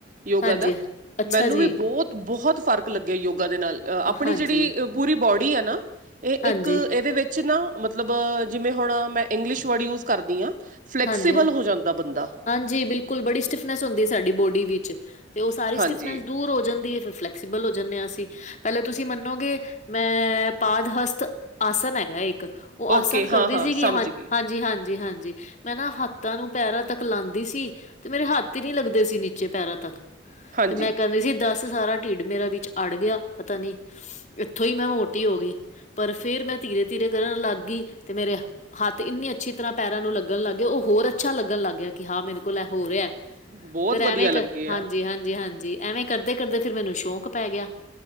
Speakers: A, on the right; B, on the left.
A: ਯੋਗਾ
B: ਹਾਂਜੀ,
A: ਦਾ
B: ਅੱਛਾ
A: ਮੈਨੂੰ
B: ਜੀ,
A: ਵੀ ਬਹੁਤ ਬਹੁਤ ਫ਼ਰਕ ਲੱਗਿਆ ਯੋਗਾ ਦੇ ਨਾਲ ਆਪਣੀ
B: ਹਾਂਜੀ,
A: ਜਿਹੜੀ ਪੂਰੀ ਬੋਡੀ ਆ ਨਾ ਇਹ
B: ਹਾਂਜੀ,
A: ਇੱਕ ਇਹਦੇ ਵਿੱਚ ਨਾ ਮਤਲਬ ਜਿਵੇਂ ਹੁਣ ਮੈਂ ਇੰਗਲਿਸ਼ ਵਰਡ ਯੂਜ ਕਰਦੀ ਹਾਂ ਫਲੈਕਸੀਬਲ
B: ਹਾਂਜੀ, ਹਾਂ,
A: ਹੋ ਜਾਂਦਾ ਬੰਦਾ
B: ਹਾਂਜੀ ਬਿਲਕੁਲ ਬੜੀ ਸਟਿਫਨੈਸ ਹੁੰਦੀ ਹੈ ਸਾਡੀ ਬੋਡੀ ਵਿੱਚ ਤੇ ਉਹ ਸਾਰੀ
A: ਹਾਂਜੀ
B: ਸਟਿਫਨੈਸ ਦੂਰ ਹੋ ਜਾਂਦੀ ਹੈ ਫਿਰ ਫਲੈਕ ਸਬਲੋਂ ਜਾਂਦੇ ਹਾਂ ਅਸੀਂ ਪਹਿਲੇ ਤੁਸੀਂ ਮੰਨੋਗੇ ਮੈਂ ਪਾਦ ਹਸਤ ਆਸਨ ਹੈਗਾ ਇੱਕ ਉਹ
A: ਓਕੇ
B: ਆਸਨ ਕਰਦੀ
A: ਹਾਂ
B: ਸੀਗੀ
A: ਸਮਝ
B: ਹਾਂ
A: ਗਈ
B: ਹਾਂਜੀ ਹਾਂਜੀ ਹਾਂਜੀ ਮੈਂ ਨਾ ਹੱਥਾਂ ਨੂੰ ਪੈਰਾਂ ਤੱਕ ਲਾਉਂਦੀ ਸੀ ਤੇ ਮੇਰੇ ਹੱਥ ਹੀ ਨੀ ਲੱਗਦੇ ਸੀ ਨੀਚੇ ਪੈਰਾਂ ਤੱਕ
A: ਹਾਂਜੀ
B: ਤੇ ਮੈਂ ਕਹਿੰਦੀ ਸੀ ਦਸ ਸਾਰਾ ਢਿੱਡ ਮੇਰਾ ਵਿੱਚ ਅੜ ਗਿਆ ਪਤਾ ਨਹੀਂੀ ਇੱਥੋਂ ਹੀ ਮੈਂ ਮੋਟੀ ਹੋ ਗਈ ਪਰ ਫੇਰ ਮੈਂ ਧੀਰੇ ਧੀਰੇ ਕਰਨ ਲੱਗ ਗਈ ਤੇ ਮੇਰੇ ਹੱਥ ਇੰਨੀ ਅੱਛੀ ਤਰ੍ਹਾਂ ਪੈਰਾਂ ਨੂੰ ਲੱਗੀ ਲ ਲੱਗ ਗਿਆ ਉਹ ਹੋਰ ਅੱਛਾ ਲੱਗਣ ਲੱਗ ਗਿਆ ਕਿ ਹਾਂ ਮੇਰੇ ਕੋਲ ਹੋ ਰਿਹਾ
A: ਬਹੁਤ
B: ਫਿਰ
A: ਵਧੀਆ
B: ਐਵੇਂ
A: ਲੱਗੇ
B: ਕ ਹਾਂਜੀ
A: ਆ
B: ਹਾਂਜੀ ਹਾਂਜੀ ਐਵੇਂ ਕਰਦੇ ਕਰਦੇ ਫਿਰ ਮੈਨੂੰ ਸ਼ੌਂਕ ਪੈ ਗਿਆ